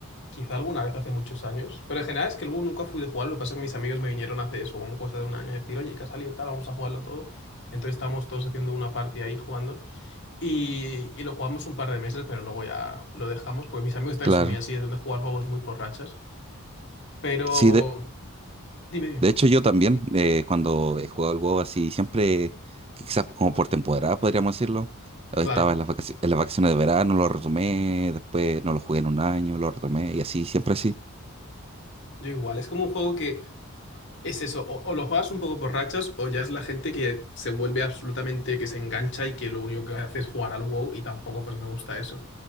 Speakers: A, on the left; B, on the right.
A: quizá alguna vez hace muchos años, pero en general es que el Boo nunca fui de jugarlo. Lo que pasa es que mis amigos me vinieron hace eso, como cosa de un año, a decir, oye, que ha salido tal, vamos a jugarlo todo. Entonces estábamos todos haciendo una party ahí jugando y, y lo jugamos un par de meses, pero luego ya lo dejamos, porque mis amigos también
B: claro.
A: son muy así, son de jugar juegos muy por rachas. Pero
B: Sí, de,
A: dime, dime.
B: de hecho yo también, eh, cuando he jugado al WoW así, siempre, quizás como por temporada, podríamos decirlo. eh,
A: claro,
B: Estaba en las vacaciones, en las vacaciones de verano, lo retomé, después no lo jugué en un año, lo retomé, y así, siempre así.
A: yo igual, es como un juego que Es eso, o, o lo juegas un poco por rachas o ya es la gente que se vuelve absolutamente, que se engancha y que lo único que hace es jugar al WoW y tampoco pues me gusta eso.